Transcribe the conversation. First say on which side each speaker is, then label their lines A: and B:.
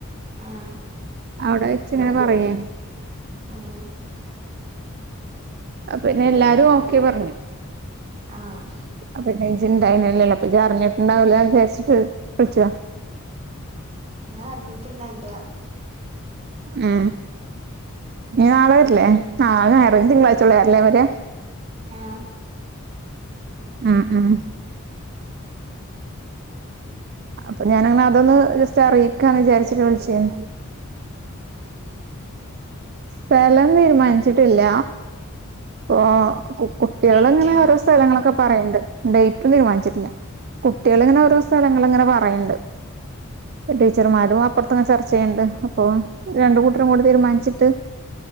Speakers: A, on the right (about 30°); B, on the right (about 45°).
A: ആഹ...
B: അവ്ടെ വെച്ചങ്ങനെ പറയെ.
A: ആഹ്‌
B: അ പിന്നെ എല്ലാരു ഓക്കെ പറഞ്ഞു
A: ആഹ്‌.
B: അപ്പന്നെ ഇജിണ്ടായിനില്ലല്ലോ ഇജ് അറിഞ്ഞിട്ടുണ്ടാവില്ല വിചാരിച്ചിട്ട് വിളിച്ച.
A: ഞാൻ അറിഞ്ഞിട്ട്ണ്ടായിനില്ല
B: ഏ നീ നാളെ വര്ല്ലേ നാൾ ഞായറ് ഞ്ഞി തിങ്കളാഴ്ച ഉള്ള ആരല്ലേ വര
A: ആ
B: ഉം ഉം അപ്പൊ ഞാനങ്ങനെ അതൊന്ന് ജസ്റ്റ് അറിയിക്കാ എന്ന് വിചാരിച്ചിട്ട് വിളിചേന്ന്.
A: ആഹ്‌.
B: സ്ഥലം തീരുമാനിച്ചിട്ടില്ല ഓ കുകുട്ടികൾ
A: വെയിറ്റോ
B: അങ്ങനെ ഓരോ സ് സ്ഥലങ്ങളൊക്കെ പറയണ്ട് ഡേറ്റും തീരുമാനിച്ചിട്ടില്ല കുട്ടിയേങ്ങനെ
A: ആ
B: ഓരോ സ്ഥലങ്ങള് ഇങ്ങനെ പറയണ്ട്
A: ആ
B: ടീച്ചർമാരു അപ്പുറത്തങ്ങ് ചർച്ചയ്യിണ്ട് അപ്പം രണ്ട് കൂട്ടരു കൂടി തീരുമാനിച്ചി ട്ട്